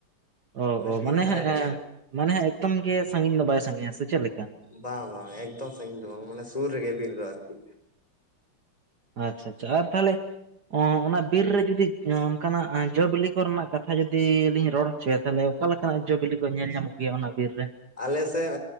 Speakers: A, on the right; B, on the left.
A: ᱚ
B: ᱚᱱᱮ
A: ᱚ
B: ᱵᱤᱨ
A: ᱢᱟᱱᱮ
B: ᱫᱷᱟᱨᱮ
A: ᱦᱟᱸᱜ
B: ᱨᱮᱜᱮ ᱟᱨ
A: ᱢᱟᱱᱮ ᱦᱟᱸᱜ ᱮᱠᱫᱚᱢ ᱜᱮ ᱥᱟᱺᱜᱤᱧ ᱫᱚ ᱵᱟᱭ ᱥᱟᱺᱜᱤᱧᱟ ᱥᱮ ᱪᱮᱫ ᱞᱮᱠᱟ?
B: ᱵᱟᱝ ᱵᱟᱝ ᱮᱠᱫᱚᱢ ᱥᱟᱺᱤᱧ ᱫᱚ ᱵᱟᱝ, ᱢᱟᱱᱮ ᱥᱩᱨ ᱨᱮᱜᱮ ᱵᱤᱨᱤ ᱫᱚ ᱟᱨᱠᱤ
A: ᱟᱪᱪᱷᱟ ᱟᱪᱪᱷᱟ ᱟᱨ ᱛᱟᱦᱮᱞᱮ ᱚ ᱚᱱᱟ ᱵᱤᱨ ᱨᱮ ᱡᱩᱫᱤ ᱚᱱᱠᱟᱱᱟᱜ ᱡᱚ ᱵᱤᱞᱤ ᱠᱚᱨᱮᱱᱟᱜ ᱠᱟᱛᱷᱟ ᱡᱩᱫᱤ ᱞᱤᱧ ᱨᱚᱲᱟ ᱪᱮ ᱛᱟᱦᱚᱞᱮ ᱚᱠᱟ ᱞᱮᱠᱟᱱᱟᱜ ᱡᱚᱵᱤᱞᱤ ᱠᱚ ᱧᱮᱞ ᱧᱟᱢᱚᱜ ᱜᱮᱭᱟ ᱚᱱᱟ ᱵᱤᱨ ᱨᱮ?
B: ᱟᱞᱮ ᱥᱮᱫ